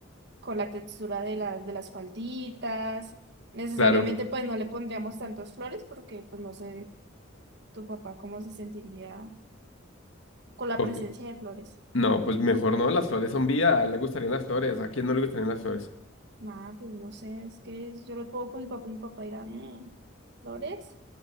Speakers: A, on the right; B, on the left.
A: con la textura de las, de las falditas. Necesariamente
B: claro.
A: pues no le pondríamos tantas flores porque pues no sé tu papá cómo se sentiría con la
B: Ok.
A: presencia de flores.
B: No, pues mejor no, las flores son vida, a él le gustarían las flores, ¿a quién no le gustarían las flores?
A: Nada, pues no sé, es que yo lo puedo con mi papá y mi papá dirá, "Mm, ¿flores?